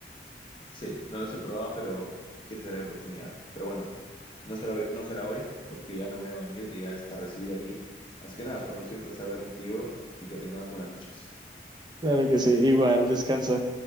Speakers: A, on the left; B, on the right.
A: sí, no los he probado, pero quiero tener la oportunidad. Pero bueno, No será, hoy- no será hoy, porque ya me voy a dormir, que ya es tardecillo aquí. Así que nada, Fernando, ha sido un placer hablar contigo y que tengas buenas noches.
B: Claro que sí, igual, descansa.